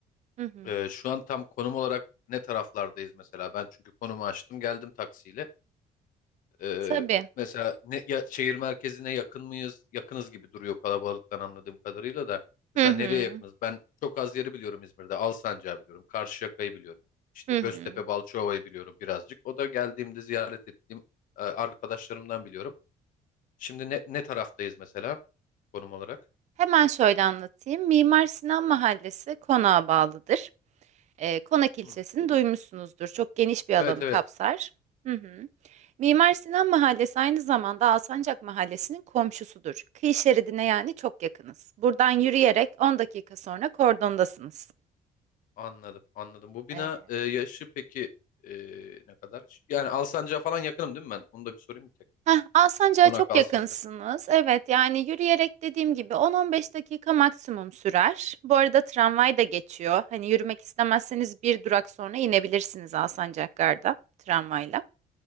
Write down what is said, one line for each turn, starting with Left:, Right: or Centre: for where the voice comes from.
Right: hı hı.
Left: E, şu an tam konum olarak ne taraflardayız mesela? Ben çünkü konumu açtım, geldim taksiyle. Ee,
Right: Tabii.
Left: mesela ne, ya, şehir merkezine yakın mıyız? Yakınız gibi duruyor kalabalıktan anladığım kadarıyla da.
Right: Hı
Left: Mesela
Right: hı,
Left: nereye yakınız? Ben çok az yeri biliyorum İzmir'de. Alsancak'ı biliyorum. Karşıyaka'yı biliyorum. İşte
Right: hı
Left: Göztepe,
Right: hı.
Left: Balçova'yı biliyorum birazcık. O da geldiğimde ziyaret ettiğim e, arkadaşlarımdan biliyorum. Şimdi ne, ne taraftayız mesela konum olarak?
Right: Hemen şöyle anlatayım. Mimar Sinan Mahallesi konağa bağlıdır. E, Konak ilçesini
Left: Hmm.
Right: duymuşsunuzdur. Çok geniş bir alanı
Left: Evet evet
Right: kapsar. Hı hı. Mimar Sinan Mahallesi aynı zamanda Alsancak Mahallesi'nin komşusudur. Kıyı şeridine yani çok yakınız. Buradan yürüyerek 10 dakika sonra kordondasınız.
Left: anladım anladım. Bu bina
Right: Ee,
Left: e, yaşı peki e, ne kadar? Yani Alsancak'a falan yakınım değil mi ben? Onu da bir sorayım bir tek.
Right: heh, Alsancak'a
Left: Konak
Right: çok
Left: Alsancak.
Right: yakınsınız. Evet yani yürüyerek dediğim gibi 10-15 dakika maksimum sürer. Bu arada tramvay da geçiyor. Hani yürümek istemezseniz bir durak sonra inebilirsiniz Alsancak Gar'da tramvayla.